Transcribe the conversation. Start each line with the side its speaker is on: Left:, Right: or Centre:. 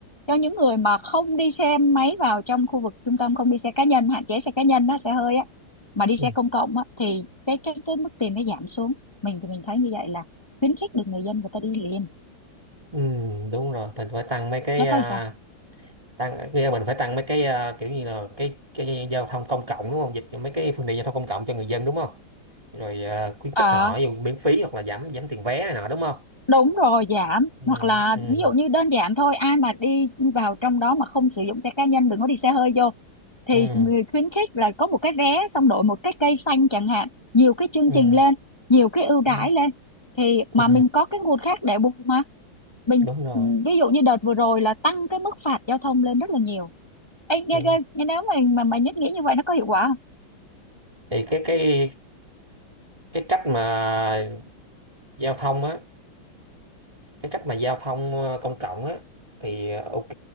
Left: cho những người mà không đi xe máy vào trong khu vực trung tâm không đi xe cá nhân hạn chế xe cá nhân nó xe hơi á mà đi
Right: Ừ.
Left: xe công cộng á thì cái cái cái mức tiền nó giảm xuống mình thì mình thấy như vậy là khuyến khích được người dân người ta đi liền
Right: ừ, đúng rồi mình phải tăng mấy cái
Left: giá
Right: à,
Left: thấy sao
Right: tăng kia mình phải tăng mấy cái à, kiểu như là cái cái giao thông công cộng đúng không dịch cho mấy cái phương tiện giao thông công cộng cho người dân đúng không rồi à, khuyến
Left: ờ
Right: khích họ dù miễn phí hoặc là giảm giảm tiền vé này nọ đúng không
Left: đúng rồi giảm
Right: ừ
Left: hoặc là
Right: ừ
Left: ví dụ như đơn giản thôi ai mà đi vào trong đó mà không sử dụng xe cá nhân đừng có đi xe hơi vô thì
Right: ừ
Left: người khuyến khích là có một cái vé xong đổi một cái cây xanh chẳng hạn nhiều cái chương
Right: ừ
Left: trình lên nhiều cái ưu đãi
Right: ừ
Left: lên thì mà
Right: ừ,
Left: mình có cái nguồn khác để bù mà mình
Right: đúng rồi
Left: ví dụ như đợt vừa rồi là tăng cái mức phạt giao thông lên rất là nhiều Ê, nghe,
Right: ừ.
Left: nghe, nghe nếu mà mà mà nhất nghĩ như vậy nó có hiệu quả
Right: thì cái cái cái cách mà giao thông á cái cách mà giao thông ờ, công cộng á thì ờ, ok